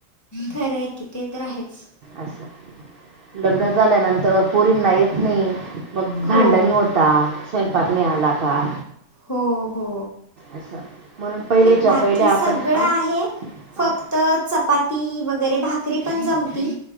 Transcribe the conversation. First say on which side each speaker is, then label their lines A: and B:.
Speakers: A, on the left; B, on the right.
A: खरं हाय की ते तर आहेच.
B: असं, लग्न झाल्यानंतर पोरींना येत नाई. मग भांडणी
A: हो
B: होता स्वयंपाक नाही आला का.
A: हो हो!
B: असं. म्हणून पहिलेच्या
A: नाही बाकी
B: पहिले आपण
A: सगळं
B: अं?
A: आहे
B: अं?
A: फक त चपाती वगैरे भाकरी पण जमती